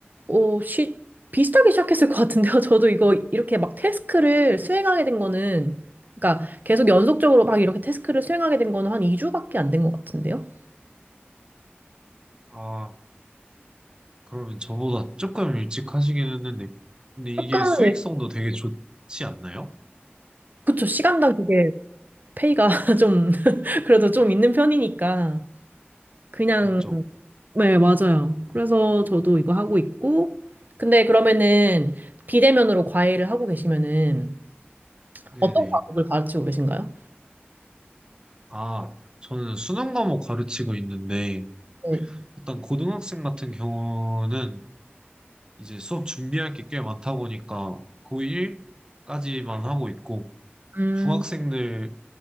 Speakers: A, on the right; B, on the right.
A: 어, 시, 비슷하게 시작했을 것 같은데요. <laughs> 저도 이거 이렇게 막 태스크를 수행하게 된 거는 그러니까 계속 연속적으로 막 이렇게 태스크를 수행하게 된 거는 한 2주밖에 안 된 것 같은데요.
B: 아, 그러면 저보다 조금 일찍 하시긴 했는데. 근데 이게
A: 조금
B: 수익성도 되게 좋지 않나요?
A: 그쵸 시간당 그게 페이가 <laughs> 좀 그래도 좀 있는 편이니까 그냥
B: 맞죠?
A: 네 맞아요. 그래서 저도 이거 하고 있고 근데 그러면은 비대면으로 과외를 하고 계시면은
B: 네네.
A: 어떤 과목을 가르치고 계신가요?
B: 아, 저는 수능 과목 가르치고 있는데,
A: 네.
B: 일단 고등학생 같은 경우는 이제 수업 준비할 게 꽤 많다 보니까 고1까지만 하고 있고,
A: 음,
B: 중학생들을